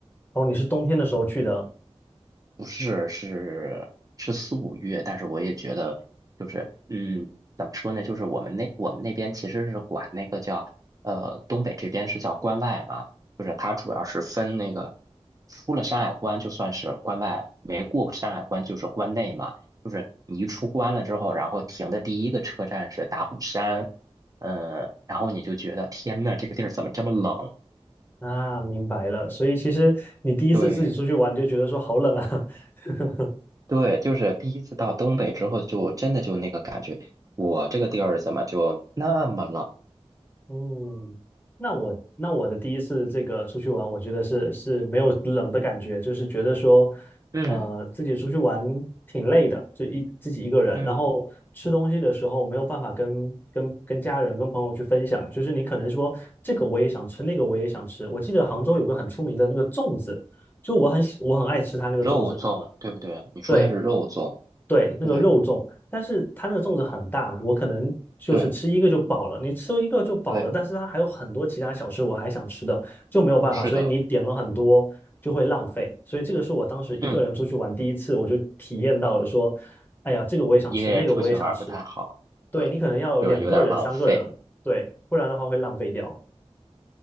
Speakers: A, on the left (about 20°); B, on the right (about 35°).
A: 哦，你是冬天的时候去的
B: 不是，是是四五月，但是我也觉得，就是嗯，怎么说呢？就是我们那我们那边其实是管那个叫呃东北这边是叫关外嘛，就是它主要是分那个出了山海关就算是关外，没过山海关就是关内嘛。就是你一出关了之后，然后停的第一个车站是打虎山，嗯、然后你就觉得天呐，这个地儿怎么这么冷？
A: 啊，明白了。所以其实你第一次自己出去玩，
B: 对。
A: 你就觉得说好冷啊。<laughs>
B: 对，就是第一次到东北之后，就真的就那个感觉，我这个地儿怎么就那么冷？
A: 嗯，那我那我的第一次这个出去玩，我觉得是是没有冷的感觉，就是觉得说，
B: 嗯
A: 呃，自己出去玩挺累的，就一自己一个人，
B: 嗯，
A: 然后吃东西的时候没有办法跟跟跟家人、跟朋友去分享，就是你可能说这个我也想吃，那个我也想吃。我记得杭州有个很出名的那个粽子，就我很喜我很爱吃它那个粽子，
B: 肉粽，对不对？你说的是肉粽，
A: 对，对，那个肉粽，
B: 对
A: 但是它那个粽子很大，我可能就是吃一个就饱了。
B: 对
A: 你吃一个就饱了，
B: 对，
A: 但是它还有很多其他小吃我还想吃的，就没有办法。
B: 是的，
A: 所以你点了很多就会浪费。所以这个是我当时一个人出去玩第一次，
B: 嗯，
A: 我就体验到了说，哎呀，这个我也想吃，
B: 一个人出去玩儿不太好，
A: 那个我也想吃。对，
B: 对，
A: 你可能要有两个人、
B: 就有点儿浪费，
A: 三个人，对，不然的话会浪费掉。